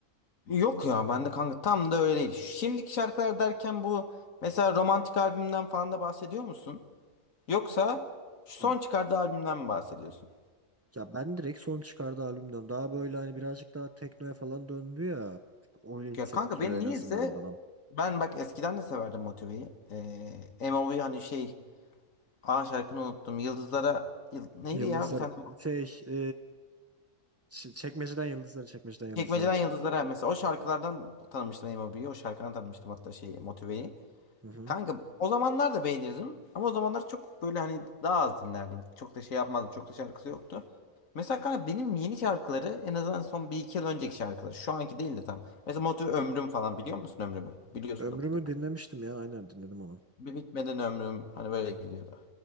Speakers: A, on the left; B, on the right.
A: Yok ya ben de kanka tam da öyle değil. Şimdiki şarkılar derken bu mesela romantik albümden falan da bahsediyor musun? Yoksa şu
B: Hı.
A: son çıkardığı albümden mi bahsediyorsun?
B: Ya ben direkt son çıkardığı albümden daha böyle hani birazcık daha teknoya falan döndü ya. Öyle hissettiriyor
A: Ya kanka ben
B: en
A: niyeyse
B: azından bana.
A: ben bak eskiden de severdim Motive'yi. Ee, MOV hani şey A şarkını unuttum. Yıldızlara yıl, neydi
B: Yıldızlar
A: ya bir tane
B: şey e, ç- çekmeceden yıldızlara çekmeceden yıldızlara.
A: Çekmeceden Yıldızlara mesela o şarkılardan tanımıştım MOV'yi. O V'yi. O şarkıdan tanımıştım hatta şeyi Motive'yi.
B: Hı hı.
A: Kanka o zamanlar da beğenirdim ama o zamanlar çok böyle hani daha az dinlerdim. Çok da şey yapmazdım. Çok da şarkısı yoktu. Mesela kanka benim yeni şarkıları en azından son bir iki yıl önceki şarkılar. Şu anki değil de tam. Mesela Motive Ömrüm falan biliyor musun Ömrüm'ü? Biliyorsun
B: Ömrümü
A: da mutlaka.
B: dinlemiştim ya aynen dinledim onu.
A: Bir bitmeden ömrüm hani böyle gidiyordu.